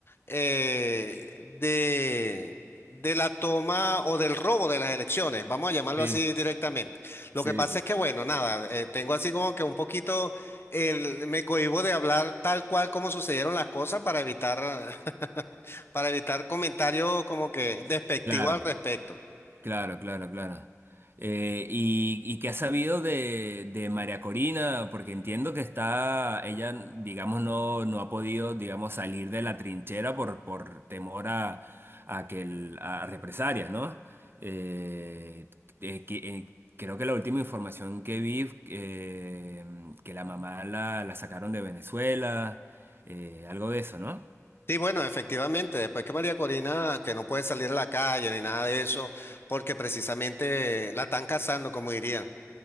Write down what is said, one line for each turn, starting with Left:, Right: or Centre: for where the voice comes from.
Left: eh, de, de la toma o del robo de las elecciones, vamos a llamarlo
Right: Sí,
Left: así directamente. Lo
Right: sí,
Left: que pasa
Right: sí.
Left: es que, bueno, nada, eh, tengo así como que un poquito, el, me cohíbo de hablar tal cual como sucedieron las cosas para evitar, <laughs> para evitar comentarios como que despectivos
Right: Claro,
Left: al respecto.
Right: claro, claro, claro. Eh, y, ¿Y qué has sabido de, de María Corina? Porque entiendo que está, ella, digamos, no, no ha podido, digamos, salir de la trinchera por, por temor a, a, que el- a represalias, ¿no? Eh, eh, que- eh, creo que la última información que vi, eh, que la mamá la, la sacaron de Venezuela, eh, algo de eso, ¿no?
Left: Sí, bueno, efectivamente, después que María Corina, que no puede salir a la calle ni nada de eso, porque precisamente la están cazando, como dirían.